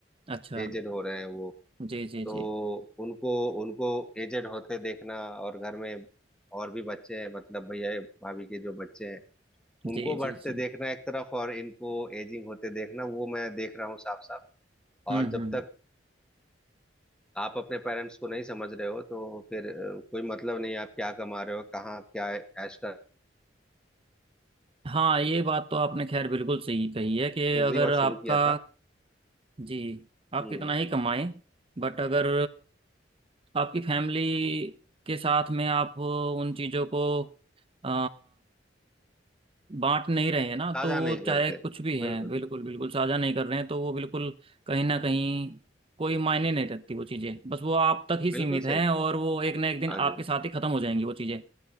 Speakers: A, on the right (about 30°); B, in the centre.
A: अच्छा
B: एजेड हो रहे हैं वो
A: जी जी
B: तो
A: जी
B: उनको उनको एजेड होते देखना और घर में और भी बच्चे हैं मतलब भैया भाभी के जो बच्चे हैं उनको
A: जी
B: बढ़ते
A: जी जी
B: देखना एक तरफ और इनको एजिंग होते देखना वो मैं देख रहा हूँ साफ साफ
A: हम्म
B: और जब
A: हम्म
B: तक आप अपने पेरेंट्स को नहीं समझ रहे हो तो फिर अ, कोई मतलब नहीं है आप क्या कमा रहे हो कहाँ आप क्या ऐश कर
A: हाँ ये बात तो आपने खैर बिल्कुल सही कही है कि
B: अगली
A: अगर
B: बार
A: आपका
B: शुरू किया था
A: जी आप
B: हम्म
A: कितना ही कमाएं बट अगर आपकी फैमिली के साथ में आप उन चीज़ों को अ, बांट नहीं रहे हैं ना
B: ताजा
A: तो वो
B: नहीं
A: चाहे
B: करते
A: कुछ भी हैं
B: बिल्कुल
A: बिल्कुल बिल्कुल साझा नहीं कर रहे हैं तो वो बिल्कुल कहीं ना कहीं कोई मायने नहीं रखती वो चीज़ें बस वो आप तक ही सीमित
B: बिल्कुल
A: हैं
B: सही
A: और वो एक ना एक दिन
B: हाँ जी
A: आपके साथ ही ख़त्म हो जाएंगी वो चीज़ें